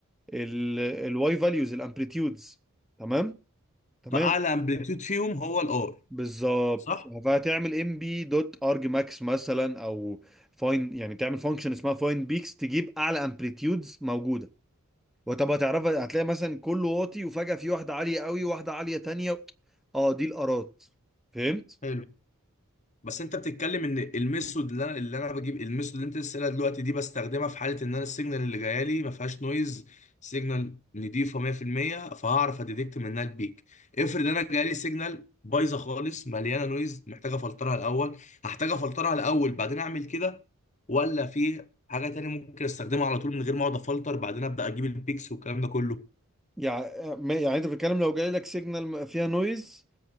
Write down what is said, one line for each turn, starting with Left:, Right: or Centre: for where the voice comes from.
Centre: الواي فاليوز الامبليتيودز تمام تمام
Left: فاعلى امبليتيود فيهم هو الار
Centre: بالظبط
Left: صح
Centre: فهتعمل ام بي دوت ارج ماكس مثلا او فاين يعني تعمل فانكشن اسمها فاين بيكس تجيب اعلى امبليتيودز موجوده وطب هتعرفها هتلاقي مثلا كله واطي وفجاه في واحده عاليه قوي وواحده عاليه تانية اه دي الارات فهمت
Left: حلو بس انت بتتكلم ان الميثود اللي انا اللي انا بجيب الميثود اللي انت لسه قايلها دلوقتي دي بستخدمها في حاله ان انا السيجنال اللي جايه لي ما فيهاش نويز سيجنال نضيفه 100% فهعرف اديتكت منها البيك افرض انا جاي لي سيجنال بايظه خالص مليانه نويز محتاجه افلترها الاول هحتاج افلترها الاول بعدين اعمل كده ولا في حاجه تانية ممكن استخدمها على طول من غير ما اقعد افلتر بعدين ابدا اجيب البيكس والكلام ده كله
Centre: يعني ما- يعني انت بتتكلم لو جاي لك سيجنال فيها نويز